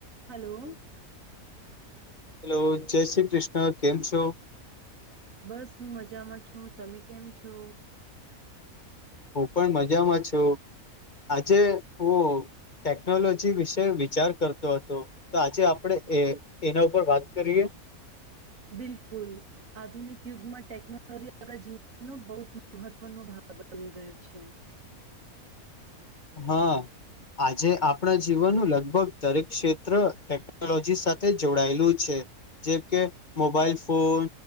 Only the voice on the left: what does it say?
Hello, જય શ્રી કૃષ્ણ. કેમ છો?
હું પણ મજામાં છું, આજે હું ટેકનોલોજી વિશે વિચાર કરતો હતો, તો આજે આપણેે એ એના ઉપર વાત કરીએ. <unintelligible>
હા. આજે આપણા જીવનનું લગભગ દરેક ક્ષેત્ર ટેકનોલોજી સાથે જોડાયેલું છે. જેમ કે મોબાઈલ ફોન.